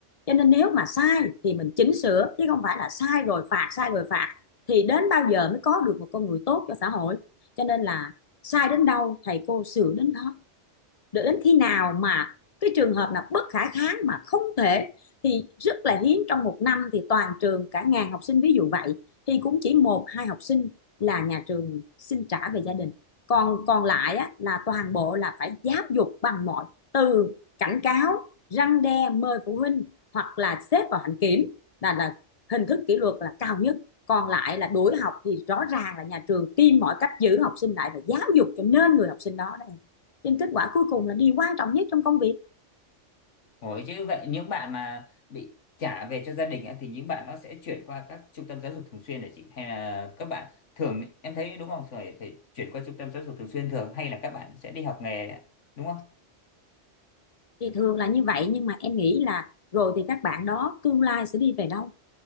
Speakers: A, on the left (about 45°); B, on the left (about 75°).
A: cho nên nếu mà sai thì mình chỉnh sửa chứ không phải là sai rồi phạt sai rồi phạt thì đến bao giờ mới có được một con người tốt cho xã hội cho nên là sai đến đâu thầy cô sửa đến đó để đến khi nào mà cái trường hợp nào bất khả kháng mà không thể thì rất là hiếm trong một năm thì toàn trường cả ngàn học sinh ví dụ vậy thì cũng chỉ một hai học sinh là nhà trường xin trả về gia đình còn còn lại á, là toàn bộ là phải giáo dục bằng mọi từ cảnh cáo răn đe mời phụ huynh hoặc là xếp vào hạnh kiểm là là hình thức kỷ luật là cao nhất còn lại là đuổi học thì rõ ràng là nhà trường tìm mọi cách giữ học sinh lại và giáo dục cho nên người học sinh đó đây cho nên kết quả cuối cùng là điều quan trọng nhất trong công việc
B: Ủa chứ vậy những bạn mà bị trả về cho gia đình á, thì những bạn nó sẽ chuyển qua các trung tâm giáo dục thường xuyên hả chị? Hay là các bạn thường em thấy đúng không? Phải phải chuyển qua trung tâm giáo dục thường xuyên thường hay là các bạn sẽ đi học nghề ạ? đúng không?
A: thì thường là như vậy nhưng mà em nghĩ là rồi thì các bạn đó tương lai sẽ đi về đâu